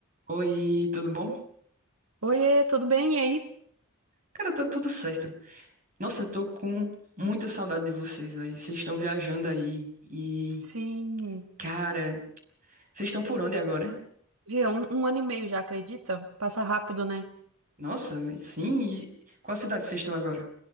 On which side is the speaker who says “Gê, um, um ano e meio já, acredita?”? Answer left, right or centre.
Right